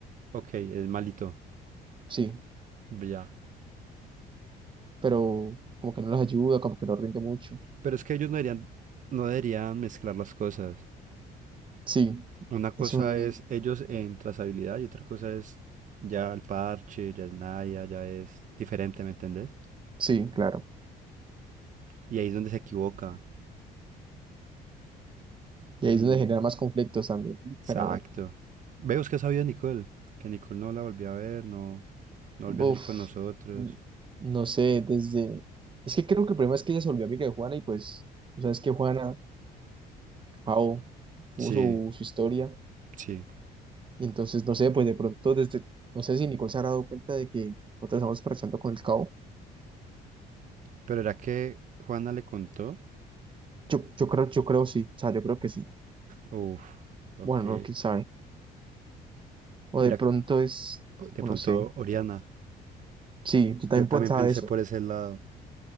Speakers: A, on the right; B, on the right.
A: Ok, es malito,
B: Sí,
A: ya.
B: pero como que no los ayuda, como que no rinde mucho.
A: Pero es que ellos no deberían, no deberían mezclar las cosas.
B: Sí,
A: Una cosa
B: es un,
A: es ellos en trazabilidad y otra cosa es ya el parche, ya es Naya, ya es diferente, ¿me entendés?
B: sí, claro.
A: Y ahí es donde se equivoca.
B: Y ahí
A: Mm,
B: es donde genera más conflictos también,
A: exacto.
B: pero bueno.
A: Veo que sabía de Nicole, que Nicole no la volví a ver, no. no
B: Uf,
A: volvió a salir con nosotros.
B: n- no sé, desde... Es que creo que el problema es que ella se volvió amiga de Juana y pues, o sea, es que Juana, Jao, tuvo
A: Sí,
B: su, su historia
A: sí.
B: y entonces, no sé, pues de pronto desde, no sé si Nicole se habrá dado cuenta de que nosotros estamos parchando con el Cao.
A: Pero era que Juana le contó.
B: Yo, yo creo, yo creo sí, o sea, yo creo que sí.
A: Uf, ok.
B: Bueno, no, quién sabe. O
A: Mira,
B: de pronto es,
A: de
B: o
A: pronto
B: no sé.
A: Oriana.
B: Sí, yo también
A: Yo también
B: pensaba
A: pensé
B: eso.
A: por ese lado.